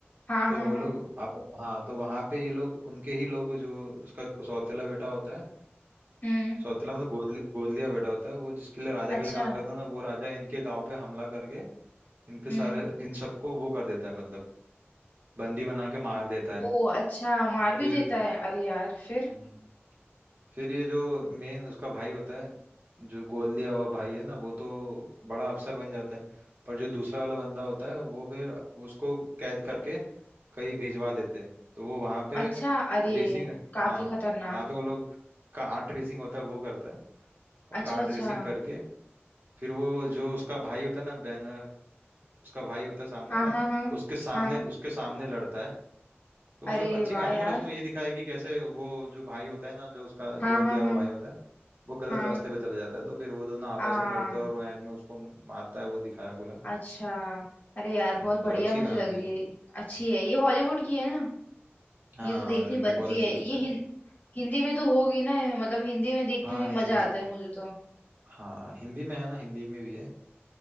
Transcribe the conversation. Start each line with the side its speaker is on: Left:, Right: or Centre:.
Left: हाँ
Right: तो
Left: हाँ
Right: वो
Left: हाँ
Right: लोग आप हाँ तो वहां पे ये लोग उनके ही लोग जो उसका सौतेला बेटा होता है
Left: हम्म
Right: सौतेला मतलब गोद लि- गोद लिया बेटा होता है वो जिसके लिए राजा
Left: अच्छा
Right: के लिए काम करता है ना वो राजा इनके गांव पे हमला करके इनके
Left: हम्म
Right: सारे इन सबको वो कर देता है मतलब बंदी बना के मार देता है
Left: ओ अच्छा मार
Right: तो
Left: भी
Right: फिर
Left: देता है अरे यार फिर
Right: हम्म, फिर ये जो मेन उसका भाई होता है जो गोद लिया हुआ भाई है ना वो तो बड़ा अफसर बन जाता है पर जो दूसरा वाला बंदा होता है वो फिर उसको कैद करके कहीं भिजवा देते हैं तो वो वहाँ पे
Left: अच्छा अरे
Right: रेसिंग
Left: काफी
Right: हाँ
Left: खतरनाक
Right: वहाँ पे वो लोग कार्ट रेसिंग होता है वो करता है और
Left: अच्छा
Right: कार्ट
Left: अच्छा
Right: रेसिंग करके फिर वो जो उसका भाई होता है ना बैनर उसका भाई होता है सामने
Left: हाँ
Right: वाला
Left: हाँ हाँ
Right: उसके सामने
Left: हाँ
Right: उसके सामने लड़ता है तो मतलब
Left: अरे
Right: अच्छी
Left: वाह
Right: कहानी
Left: यार
Right: मतलब उसमें ये दिखाया है कि कैसे वो जो भाई होता है ना जो उसका
Left: हाँ
Right: गोद
Left: हाँ
Right: लिया
Left: हाँ
Right: हुआ भाई होता है वो गलत
Left: हाँ
Right: रास्ते पे चले जाता है तो फिर वो दोनों आपस
Left: आ
Right: में लड़ते हैं और वो एंड में उसको मारता है वो दिखाया पूरा
Left: अच्छा अरे यार
Right: हम्म,
Left: बहुत बढ़िया
Right: तो अच्छी
Left: मुझे
Right: कहानी
Left: लग रही
Right: है
Left: है अच्छी है ये हॉलीवुड की है ना
Right: हाँ
Left: ये तो देखनी
Right: हॉलीवुड की
Left: बनती
Right: बहुत अच्छी
Left: है
Right: पिक्चर
Left: ये
Right: है
Left: हिंदी में तो होगी ना मतलब हिंदी में देखने
Right: हाँ
Left: में ही
Right: हिंदी
Left: मजा आता है मुझे तो
Right: हाँ हिंदी में है ना हिंदी में भी है